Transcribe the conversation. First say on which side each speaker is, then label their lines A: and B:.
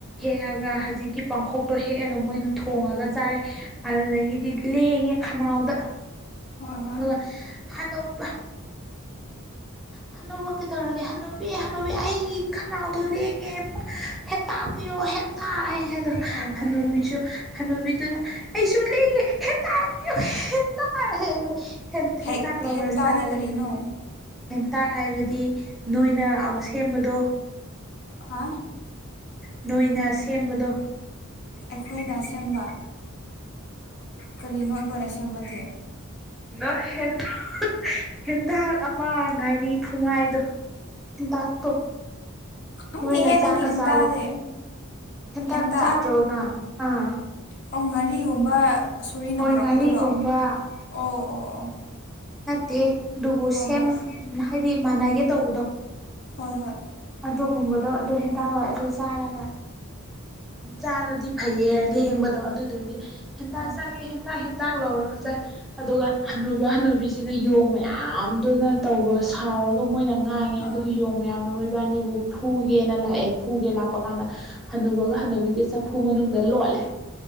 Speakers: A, in the centre; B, on the left.
A: ꯍꯦꯛꯑꯒ ꯍꯧꯖꯤꯛꯀꯤ ꯄꯥꯡꯈꯣꯛꯇꯣ ꯍꯦꯛꯑꯒ ꯃꯣꯏꯅ ꯊꯣꯡꯉꯒ ꯆꯥꯔꯦ ꯑꯗꯨꯗꯒꯤꯗꯤ ꯂꯦꯡꯉꯦ ꯈꯅꯥꯎꯗ
B: ꯍꯣꯏ ꯍꯣꯏ
A: ꯑꯗꯨꯒ ꯍꯅꯣ ꯍꯅꯨ ꯕ ꯀꯩꯗꯧꯔꯒꯦ ꯍꯅꯨꯕꯤ ꯍꯅꯨꯕꯤ ꯑꯩꯒꯤ ꯈꯅꯥꯎꯗꯣ ꯂꯦꯡꯉꯦ ꯍꯦꯟꯇꯥꯛꯄꯤꯌꯣ ꯍꯦꯟꯇꯥꯛ ꯍꯥꯏ ꯑꯗꯣ
B: ꯍꯣꯏ
A: ꯍꯅꯨꯕꯤꯁꯨ
B: ꯍꯣꯏ
A: ꯍꯅꯨꯕꯤꯗꯨꯅ ꯑꯩꯁꯨ ꯂꯦꯡꯉꯦ ꯍꯦꯟꯇꯥꯛ ꯄꯤꯌꯣ ꯍꯦ ꯍꯦꯟ
B: ꯍꯦꯛ
A: ꯇꯥꯛ ꯂꯧꯔ
B: ꯍꯦꯟꯇꯥꯗꯤ
A: ꯆꯥꯔꯦ꯫
B: ꯀꯔꯤꯅꯣ
A: ꯍꯦꯟꯇꯥꯛ ꯍꯥꯏꯕꯗꯤ ꯅꯣꯏꯅ ꯑꯃꯨꯛ ꯁꯦꯝꯕꯗꯣ꯫
B: ꯍꯥ
A: ꯅꯣꯏꯅ ꯁꯦꯝꯕꯗꯣ꯫
B: ꯑꯩꯈꯣꯏꯅ ꯁꯦꯝꯕ ꯀꯔꯤꯅꯣ ꯑꯩꯈꯣꯏꯅ ꯁꯦꯝꯕꯗꯤ꯫
A: ꯅ ꯍꯦꯟꯇꯥꯛ ꯍꯦꯟꯇꯥꯛ ꯑꯃ ꯉꯥꯔꯤ ꯐꯨꯃꯥꯏꯗꯣ ꯍꯦꯟꯇꯥꯛꯇꯣ꯫
B: ꯈꯪꯗꯦꯍꯦ
A: ꯅꯣꯏꯅ ꯆꯥꯛꯀ
B: ꯅꯪꯒꯤ ꯍꯦꯟꯇꯥꯗꯤ
A: ꯆꯥꯕꯗꯣ ꯍꯦꯟꯇꯥꯛ
B: ꯍꯦꯟꯇꯥ
A: ꯆꯥꯗ꯭ꯔꯣ ꯅꯪ꯫ ꯑꯥ
B: ꯑꯣ ꯉꯥꯔꯤꯒꯨꯝꯕ ꯁꯣꯔꯤꯅ
A: ꯍꯣꯏ
B: ꯄꯨꯔꯛꯄꯗꯨꯔꯣ
A: ꯉꯥꯔꯤꯒꯨꯝꯕ
B: ꯑꯣ ꯑꯣ ꯑꯣ꯫
A: ꯇꯦ ꯑꯗꯨꯕꯨ ꯁꯦꯝ
B: ꯍꯣꯏ ꯍꯣꯏ
A: ꯍꯥꯏꯗꯤ ꯃꯥꯟꯅꯒꯦ ꯇꯧꯕꯗꯣ꯫
B: ꯍꯣꯏ-ꯍꯣꯏ
A: ꯑꯗꯨꯒꯨꯝꯕꯗꯣ ꯑꯗꯨ ꯍꯦꯟꯇꯥꯥꯛ ꯀꯧꯋꯦ ꯑꯗꯨ ꯆꯥꯔꯒ ꯆꯥꯔꯗꯤ ꯐꯩꯌꯦ ꯂꯦꯡꯕꯗꯣ ꯑꯗꯨꯗꯨꯒꯤ ꯍꯦꯟꯇꯥꯛ
B: ꯑꯥ
A: ꯆꯥꯒꯦ ꯍꯦꯟꯇꯥꯛ-ꯍꯦꯟꯇꯥꯛ ꯂꯧꯔꯒ ꯆꯥꯏ꯫ ꯑꯗꯨꯒ ꯍꯅꯨꯕ ꯍꯅꯨꯕꯤꯁꯤꯅ ꯌꯣꯡ ꯃꯌꯥꯝꯗꯨꯅ ꯇꯧꯕ ꯁꯥꯎꯔꯒ ꯃꯣꯏꯅ ꯉꯥꯡꯉꯦ
B: ꯑꯥ
A: ꯑꯗꯨꯒꯤ ꯌꯣꯡ ꯃꯌꯥꯝꯅ ꯃꯣꯏꯕꯥꯅꯤꯕꯨ ꯐꯨꯒꯦꯅ ꯂꯥꯛꯑꯦ ꯐꯨꯒꯦ ꯂꯥꯛꯄ ꯀꯥꯟꯗ ꯍꯟꯅꯨꯕꯒ ꯍꯟꯅꯨꯕꯤꯒꯤ ꯆꯐꯨ ꯃꯅꯨꯡꯗ ꯂꯣꯠꯂꯦ